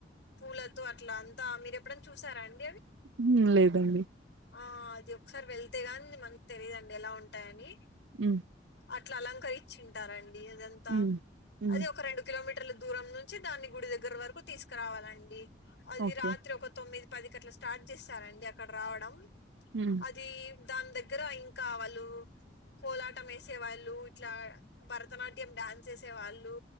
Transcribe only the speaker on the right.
హ్మ్. లేదండి.
హ్మ్.
హ్మ్. హ్మ్.
ఓకే.
హ్మ్.